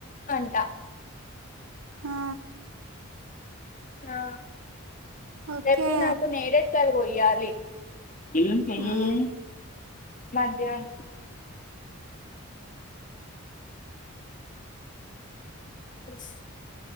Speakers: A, on the left; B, on the right.
A: అంట
B: ఆ,
A: ఆ
B: ఓకే
A: రేపు నాకు నేరేడు కాయల్ కోయ్యాలి పిల్లలు పోయినారా
B: మ్మ్.
A: మధ్యక్ ఎస్